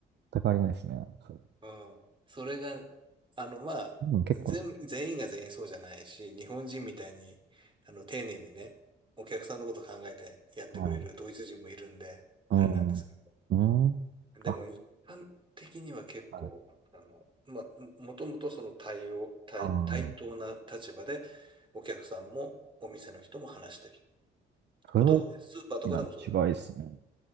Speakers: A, on the right (about 60°); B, on the right (about 25°).
A: 全くありえないですね。それ。
B: うん。それが、あの、まあ、
A: でも結構、
B: 全、全員が全員そうじゃないし、日本人みたいに、あの、丁寧にね、お客さんのこと考えてやってくれるドイツ人もいるんで、
A: はい。
B: あれなんですけ
A: うん。うん。
B: ど。でも、
A: あ、
B: 一般的には結構、
A: はい。
B: あの、まあ、もともとその対応、対、
A: ああ。
B: 対等な立場で、お客さんもお店の人も話してる
A: それ大
B: ことが多いです。スーパーとかでもそうです。
A: きな違いですね。